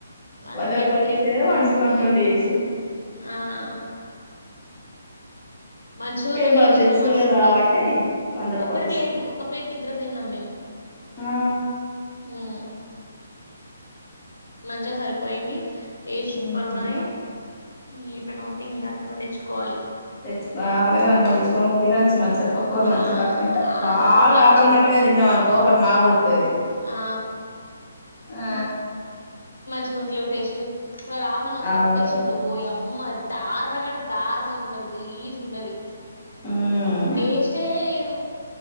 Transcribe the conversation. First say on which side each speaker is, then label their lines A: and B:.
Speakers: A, on the left; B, on the left.
A: వన్
B: వంద
A: థర్టీ
B: రూపాయలకి ఇచ్చే వన్ వన్ ట్వంటీ చేసింరు
A: ఆ మంచిగుంది
B: ఇగ
A: టేస్ట్
B: మనకు తెలిసినోళ్లే
A: మస్తుంది
B: కాబట్టి వంద రూపాయలు
A: ఒకటి
B: తీసుకున్నాం
A: ప్లేట్ ఒక ప్లేట్కి ఇద్దరం తిన్నాం మేము
B: ఆ
A: మ్ మంచిగా సరిపోయింది. టేస్ట్ సుప్పర్
B: ఉహు
A: ఉన్నది. <unintelligible> తెచ్చుకోవాలి
B: తెచ్చు ఆకలతే మంచిగా తెచ్చుకొని తినచ్చు మంచిగా ఒక్కరు
A: ఆ
B: మంచిగా కడుపునిండా బాగా
A: హన్మకొండ నుంచి
B: ఆకలిమంట మీద తిన్నావనుకో ఒకటి మా ఒడుత్తది.
A: ఆ
B: ఆ
A: చూట్లెవ్ టెస్ట్ మా రాహుల్ అన్న ఒకసార్
B: అవును
A: పట్కచ్చిండు ఓయమ్మ దారుణంగ అంటే దారుణంగా ఉన్నద్ గలీజ్గున్నది.
B: ఉమ్
A: టేస్టే లేదు